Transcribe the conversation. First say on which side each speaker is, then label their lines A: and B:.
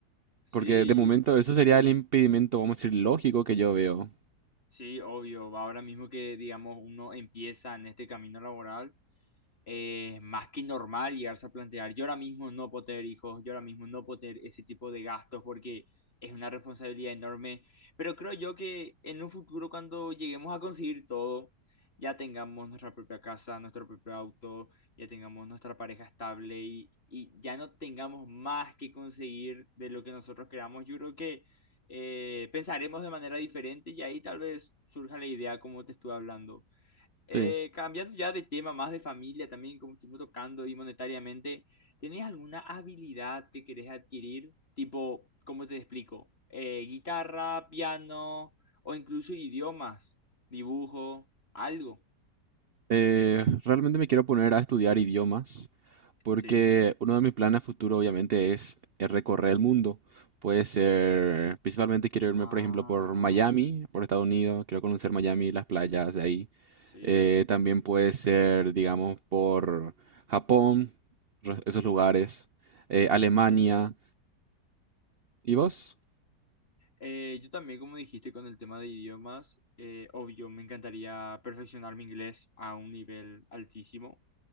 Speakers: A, on the left; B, on the right.
A: Sí,
B: porque de momento eso sería el impedimento, vamos a decir, lógico que yo veo.
A: sí, obvio. Ahora mismo que, digamos, uno empieza en este camino laboral, es más que normal llegarse a plantear, yo ahora mismo no puedo tener hijos, yo ahora mismo no puedo tener ese tipo de gastos porque es una responsabilidad enorme, pero creo yo que en un futuro cuando lleguemos a conseguir todo, ya tengamos nuestra propia casa, nuestro propio auto, ya tengamos nuestra pareja estable y, y ya no tengamos más que conseguir de lo que nosotros queramos, yo creo que eh, pensaremos de manera diferente y ahí tal vez surja la idea como te estuve hablando. Eh,
B: Sí.
A: cambiando ya de tema, más de familia también, como estuvimos tocando y monetariamente, ¿tenés alguna habilidad que querés adquirir? Tipo, ¿cómo te explico? Eh, guitarra, piano o incluso idiomas, dibujo, algo.
B: Eh, realmente me quiero poner a estudiar idiomas Porque
A: Sí,
B: uno de mis planes a futuro obviamente es eh, recorrer el mundo. Puede ser, principalmente quiero irme,
A: Ah,
B: por ejemplo, por Miami, por Estados Unidos, quiero conocer Miami, las playas de ahí.
A: sí,
B: Eh, también puede ser, digamos, por Japón, ro- esos lugares, eh, Alemania.
A: entiendo.
B: ¿Y vos?
A: Eh, yo también, como dijiste con el tema de idiomas, eh, obvio, me encantaría perfeccionar mi inglés a un nivel altísimo.